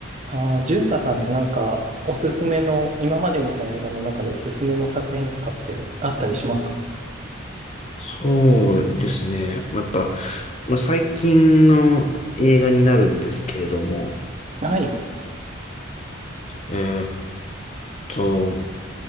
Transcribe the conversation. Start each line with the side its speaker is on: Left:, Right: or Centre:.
Right: ああ、淳太さんってなんか、おすすめの、今まで見た映画の中でおすすめの作品とかってあったりしますか
Left: そうですね。まあやっぱ、まあ、最近の映画になるんですけれども、
Right: はい。
Left: えーっと、